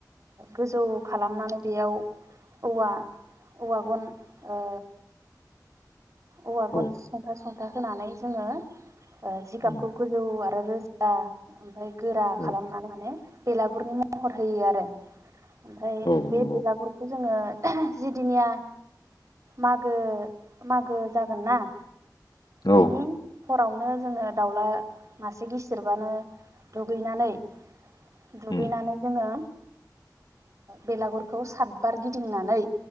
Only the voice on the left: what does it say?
औ
उम
औ
औ
नंगौ
औ
उम